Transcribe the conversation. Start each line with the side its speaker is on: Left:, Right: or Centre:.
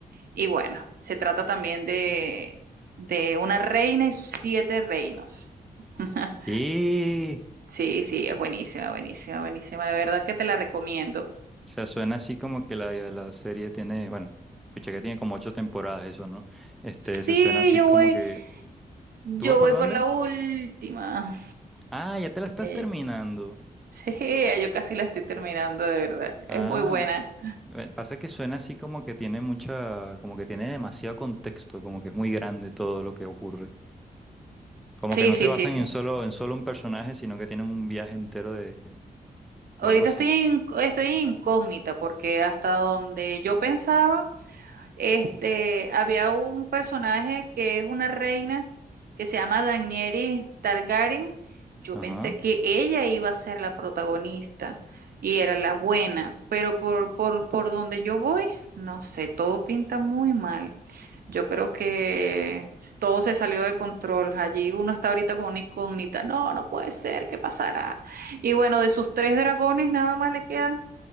Right: Y bueno, se trata también de, de una reina y sus siete reinos. <laughs>
Centre: Y, o
Right: Sí, sí, es buenísima, buenísima, buenísima. De verdad que te la recomiendo.
Centre: sea, suena así como que la, la serie tiene, bueno, escuché que tiene como ocho temporadas eso, ¿no? Este,
Right: Sí,
Centre: se suena así
Right: yo
Centre: como
Right: voy.
Centre: que...
Right: Yo
Centre: ¿Tú vas por
Right: voy
Centre: dónde?
Right: por la última.
Centre: Ah, ya te la estás
Right: Sí.
Centre: terminando.
Right: Sí, yo casi la estoy terminando, de verdad.
Centre: Ah,
Right: Es muy buena.
Centre: eh, pasa que suena así como que tiene mucha, como que tiene demasiado contexto, como que es muy grande todo lo que ocurre. Como
Right: Sí,
Centre: que no
Right: sí,
Centre: se basan
Right: sí, sí.
Centre: en solo, en solo un personaje, sino que tienen un viaje entero de,
Right: Ahorita
Centre: o algo así.
Right: estoy en- estoy incógnita porque hasta donde yo pensaba. Este, había un personaje que es una reina que se llama Daenerys Targaryen. Yo
Centre: Ajá.
Right: pensé que ella iba a ser la protagonista y era la buena, pero por, por, por donde yo voy, no sé, todo pinta muy mal. Yo creo que todo se salió de control. Allí uno está ahorita con una incógnita. No, no puede ser, ¿qué pasará? Y bueno, de sus tres dragones nada más le quedan